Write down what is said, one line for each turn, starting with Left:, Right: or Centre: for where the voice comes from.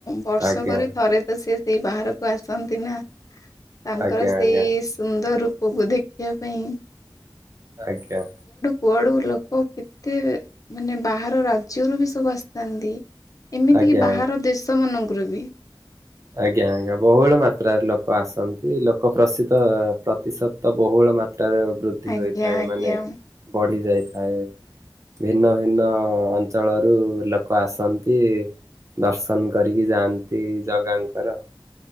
Left: ବର୍ଷ
Right: ଆଜ୍ଞା
Left: ପରେ ଥରେ ତ ସେ ସେଇ ବାହାରକୁ ଆସନ୍ତି ନା, ତାଙ୍କର
Right: ଆଜ୍ଞା
Left: ସେଇ
Right: ଆଜ୍ଞା
Left: ସୁନ୍ଦର ରୂପ କୁ ଦେଖିବା ପାଇଁ
Right: ଆଜ୍ଞା।
Left: କୁଆଡ଼ୁ ଲୋକ କେତେ ମାନେ ବାହାର ରାଜ୍ୟରୁ ବି ସବୁ ଆସିଥାନ୍ତି। ଏମିତିକି
Right: ଆଜ୍ଞା ଆଜ୍ଞା
Left: ବାହାର ଦେଶ ମାନଙ୍କରୁ ବି
Right: ଆଜ୍ଞା, ଆଜ୍ଞା, ବହୁଳ ମାତ୍ରାରେ ଲୋକ ଆସନ୍ତି, ଲୋକ ପ୍ରସିଦ୍ଧ ପ୍ରତିଶତ ତ ବହୁଳ ମାତା ତ୍ରାର ବୃଦ୍ଧି
Left: ଆଜ୍ଞା
Right: ହୋଇଥାଏ,
Left: ଆଜ୍ଞା
Right: ମାନେ ବଢି ଯାଇଥାଏ। ଭିନ୍ନ ଭିନ୍ନ ଅଞ୍ଚଳରୁ ଲୋକ ଆସନ୍ତି। ଦର୍ଶନ କରିକି ଯାଆନ୍ତି ଜଗାଙ୍କର,